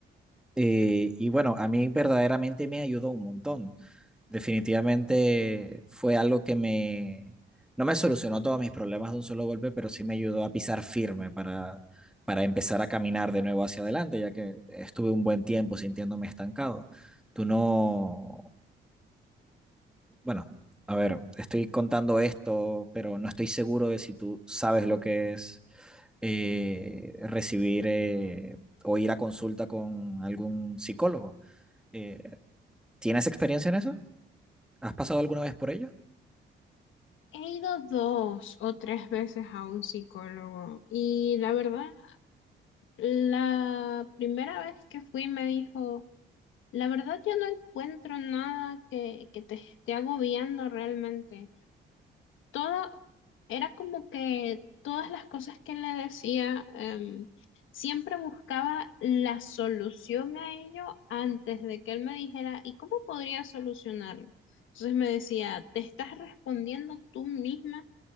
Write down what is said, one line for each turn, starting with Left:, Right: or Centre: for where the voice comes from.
Centre: Eh, y bueno, a mí verdaderamente me ayudó un montón definitivamente fue algo que me, no me solucionó todos mis problemas de un solo golpe, pero sí me ayudó a pisar firme para, para empezar a caminar de nuevo hacia adelante, ya que estuve un buen tiempo sintiéndome estancado. Tú no, bueno, a ver, estoy contando esto, pero no estoy seguro de si tú sabes lo que es eh, recibir eh, o ir a consulta con algún psicólogo. Eh, ¿tienes experiencia en eso? ¿Has pasado alguna vez por ello?
Left: He ido dos o tres veces a un psicólogo y la verdad, la primera vez que fui me dijo, la verdad yo no encuentro nada que, que te esté agobiando realmente. Todo era como que todas las cosas que le decía, em, siempre buscaba la solución a ello antes de que él me dijera, ¿y cómo podría solucionarlo? Entonces me decía, ¿te estás respondiendo tú misma?